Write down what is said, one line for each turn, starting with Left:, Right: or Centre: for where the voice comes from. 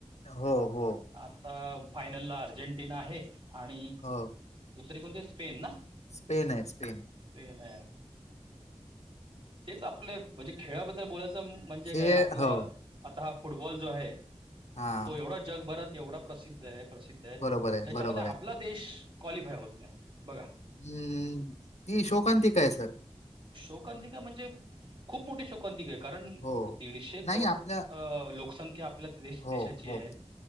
Left: हो, हो,
Right: आता फायनल ला अर्जेंटिना आहे आणि
Left: हो.
Right: दुसरी कोणती स्पेन ना
Left: स्पेन आहे स्पेन
Right: स्पेन आहे हेच आपले म्हणजे खेळाबद्दल बोलायचं म्हणजे
Left: खेळ
Right: काय आपला
Left: हो.
Right: आता हा फुटबॉल जो आहे
Left: हां.
Right: तो एवढा जगभरात एवढा प्रसिद्ध आहे प्रसिद्ध आहे त्याच्यामध्ये
Left: बरोबर बरोबर
Right: आपला
Left: आहे.
Right: देश क्वालिफाय होत नाय बघा
Left: हम्म ती शोकांतीका हाय सर
Right: शोकांंतिका म्हणजे खूप मोठी शोकांंतिका कारण
Left: हो.
Right: दीडशे
Left: नाही
Right: करोड
Left: आपल्या
Right: अ लोक लोकसंख्या आपल्या देश
Left: हो,
Right: देशाची
Left: हो.
Right: आहे.